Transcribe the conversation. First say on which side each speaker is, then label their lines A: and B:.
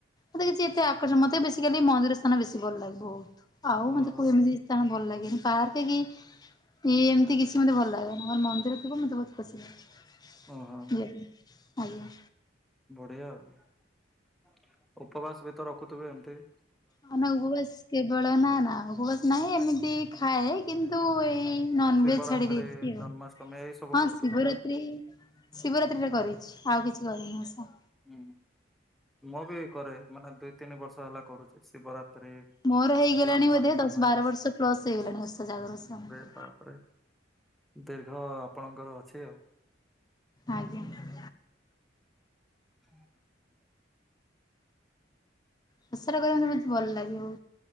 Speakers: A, on the left; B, in the centre.
A: ମତେ କିଛି ହେତେ ଆକର୍ଷଣ ମତେ ବେସିକାଲି ମନ୍ଦିର ସ୍ଥାନ ବେଶୀ ଭଲ ଲାଗେ ବହୁତ୍ ଆଉ
B: ଓହୋ
A: ମତେ କୋଉ ଏମିତି ସ୍ଥାନ ଭଲ ଲାଗେନି ପାର୍କ କି ଇ ଏମତି କିଛି ମତେ ଭଲ ଲାଗେନା ମୋ ମନ୍ଦିର ଥିବ ମତେ ବହୁତ ଖୁସି ଲାଗେ
B: ଓଃ
A: ୟେସ ଆଜ୍ଞା
B: ବଢିଆ ଆଉ ଉପ ଉପବାସ ବି ତ ରଖୁଥିବେ ଏମତି
A: ହଁ ନା ଉପବାସ କେବଳ ନା ନା ଉପବାସ ନାହିଁ ଏମିତି ଖାଏ କିନ୍ତୁ ଏଇ ନନଭେଜ
B: ଶିବରାତ୍ରି
A: ଛାଡି ଦେଇଛି ଆଉ
B: ଜନ୍ମାଷ୍ଟମୀ ଏଇ ସବୁ
A: ହଁ
B: କରୁଥିବେ
A: ଶିବରାତ୍ରି
B: ନା
A: ଶିବରାତ୍ରିରେ କରିଛି ଆଉ କିଛି କରିନି ଓଷା
B: ହୁଁ ମୁ ବି କରେ ମାନେ ଦୁଇ ତିନି ବର୍ଷ ହେଲା କରୁଛି ଶିବରାତ୍ରି
A: ମୋର ହେଇଗଲାଣି
B: ଜନ୍ମାଷ୍ଟମୀ
A: ବୋଧେ ଦଶ ବାର ବର୍ଷ ପ୍ଲସ୍ ହେଇଗଲାଣି ଓଷା ଜାଗର ଓଷା ମୋର
B: ତାପରେ ଦୀର୍ଘ ଆପଣଙ୍କର ଅଛି ଆଉ।
A: ଆଜ୍ଞା।
B: <inaudible>
A: ପ୍ରସାର କରିବା ମୋତେ ବହୁତ ଭଲ ଲାଗିବ